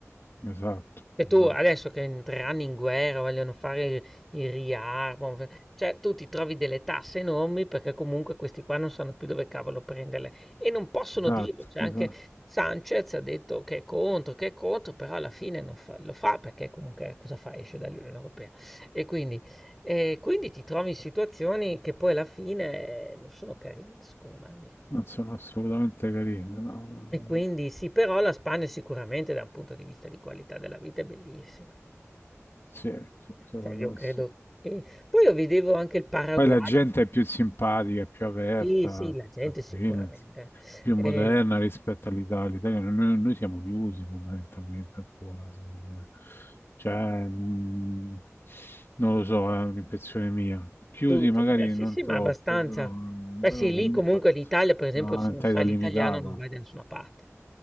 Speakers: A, on the left; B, in the centre.
A: Esatto,
B: Che tu
A: esatto,
B: adesso che entreranno in guerra, vogliono fare il, il riarmo, f- cioè tu ti trovi delle tasse enormi perché comunque questi qua non sanno più dove cavolo prenderle e non possono
A: esatto,
B: dirlo. Cioè
A: esatto.
B: anche Sanchez ha detto che è contro, che è contro, però alla fine non fa- lo fa perché comunque cosa fa? Esce dall'Unione Europea. E quindi e quindi ti trovi in situazioni che poi alla fine eh, non sono carine, secondo me almeno.
A: Non sono assolutamente carine, no, no,
B: E
A: no.
B: quindi sì, però la Spagna sicuramente da un punto di vista di qualità della vita è bellissima.
A: Sì, sì, secondo
B: Cioè io
A: me
B: credo
A: sì.
B: che... Poi io vedevo anche il Paraguay.
A: Poi la gente
B: ci fa-
A: è più simpatica, più aperta,
B: Sì, sì, la gente
A: tranquilla,
B: sicuramente.
A: ins- più
B: Eh,
A: moderna rispetto all'Italia. L'Italia- Noi, noi siamo chiusi fondamentalmente ancora, secondo me. Cioè, mh, non lo so, è un'impressione mia. Chiusi
B: tutto.
A: magari
B: Beh, sì,
A: non
B: sì,
A: troppo,
B: ma abbastanza.
A: però,
B: Beh
A: però
B: sì, lì
A: comunque
B: comunque l'Italia, per esempio,
A: una
B: se
A: mentalità
B: non sai
A: limitata.
B: l'italiano non vai da nessuna parte.